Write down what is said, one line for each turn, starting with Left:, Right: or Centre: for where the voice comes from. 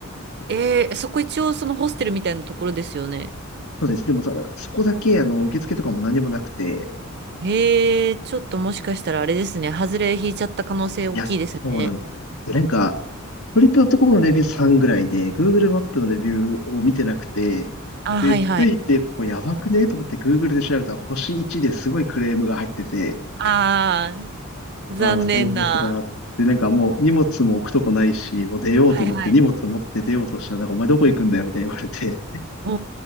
Right: えー、そこ一応そのホステルみたいなところですよね。
Left: <laughs> そうです。でもそそこだけ、あの、受付とかも何もなくて、
Right: へえ、ちょっともしかしたらあれですね。外れ引いちゃった可能性大きいですね。
Left: いや、そうなんです。で、なんか、トリップドットコムのレビュー3ぐらいで、Google マップのレビューを見てなくて、
Right: あ、
Left: で、
Right: はいはい。
Left: ついて、ここやばくねと思って Google で調べたら星1ですごいクレームが入ってて、
Right: ああ、残念な。
Left: ああ、もう最悪だ。で、なんかもう荷物も置くとこないし、もう出ようと思って荷物持って出ようとしたら、
Right: はいはい。
Left: なんかお前どこ行くんだよみたいに言われて、<laughs>
Right: お